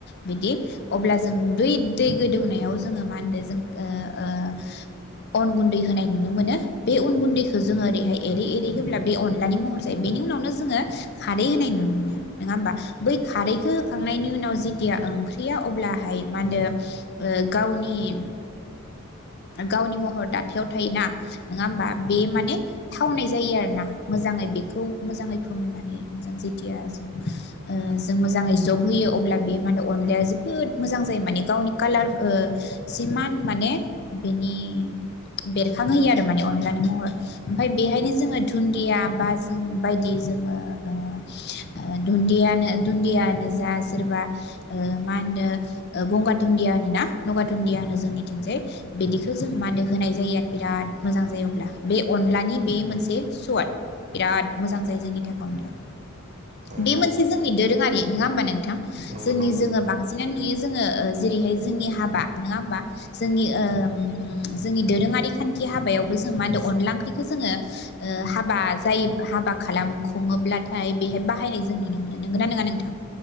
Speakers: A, on the left (about 50°); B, on the right (about 35°).
A: बिदि अब्ला जों दै दै गोदौनायाव जोङो मा होनो जों ओ ओ अन गुन्दै होनाय नुनो मोनो बे अन गुन्दैखौ जोङो ओरैहाय एरै एरै होब्ला बे अनलानि महर जायो बेनि उनावनो जोङो खारै होनाय नुनो मोनो नोङा होमबा बै खारैखौ होखांनायनि उनाव जेथिया ओंख्रिया अब्लाहाय मा होनदो ओ गावनि गावनि महर दाथायाव थायोना नोङा होमबा बे माने थावनाय जायो आरो ना मोजाङै बेखौ मोजाङै फोमोननानै मोजां जेथिया जों ओ जों मोजाङै जबहोयो अब्ला बेयो माने अनलाया जोबोद मोजां जायो माने गावनि कालार ओ सिमान माने बेनि बेरखांहोयो आरो माने अनलानि महर ओमफाय बेहायनो जोङो धुन्दिया बा जों बायदि जोङो ओ धुन्दियानो दुन्दिया होननो जा सोरबा मा होनो गंगार दुन्दिया होनोना गंगार दुन्दिया होनो जोंनिथिंजाय बिदिखौ जों मा होनदो होनाय जायो आरो बिराद मोजां जायो अब्ला बे अनलानि बे मोनसे सवाद बिराद मोजां जायो जोंनि थाखाय अनलाया
B: नंगौ
A: बे मोनसे जोंनि दोरों नङा होनबा नोंथां
B: नंगौ
A: जोंनि
B: नंगौ
A: जोङो बांसिनानो नुयो जोङो जेरैहाय जोंनि हाबा नोङा हाबा जोंनि ओ जोंनि दोरोङारि खान्थि हाबायावबो जों मा होन अनला ओंख्रिखौ जोङो ओ हाबा जायो हाबा खालाम खुङोब्लाथाय बेहाय बाहायनाय जों नुनो मोनो नोंगोना नोंआ नों थां